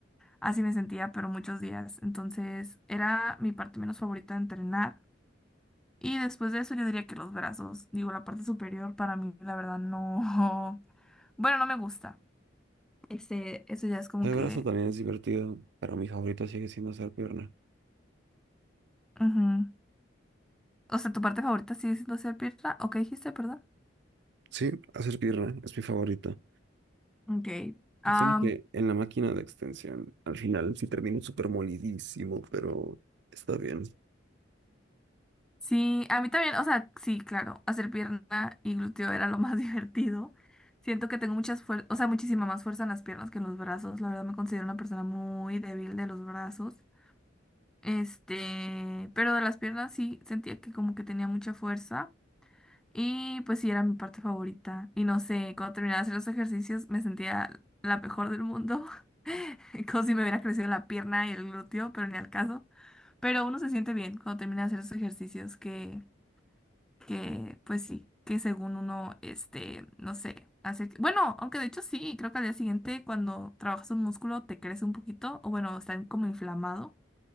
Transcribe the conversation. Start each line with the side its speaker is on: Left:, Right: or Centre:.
Centre: Así me sentía, pero muchos días. Entonces era mi parte menos favorita de entrenar. Y después de eso yo diría que los brazos, digo, la parte superior para mí, la verdad, no. <laughs> Bueno, no me gusta. Este, eso ya es como
Right: El
Centre: que...
Right: brazo también es divertido, pero mi favorito sigue siendo hacer pierna.
Centre: ujú. O sea, tu parte favorita sigue siendo hacer pierna. ¿O qué dijiste, perdón?
Right: Sí, hacer pierna es mi favorito.
Centre: Ok. Am,
Right: Solo que en la máquina de extensión, al final sí termino súper molidísimo, pero está bien.
Centre: Sí, a mí también, o sea, sí, claro, hacer pierna y glúteo era lo más <laughs> divertido. Siento que tengo muchas fuer- o sea, muchísima más fuerza en las piernas que en los brazos. La verdad me considero una persona muy débil de los brazos. Este, pero de las piernas sí sentía que como que tenía mucha fuerza y pues sí era mi parte favorita. Y no sé, cuando terminaba de hacer los ejercicios me sentía la mejor del mundo. <laughs> Como si me hubiera crecido la pierna y el glúteo, pero ni al caso. Pero uno se siente bien cuando termina de hacer esos ejercicios que que pues sí, que según uno, este, no sé, hace que- Bueno, aunque de hecho sí, creo que al día siguiente cuando trabajas un músculo te crece un poquito, o bueno, está como inflamado.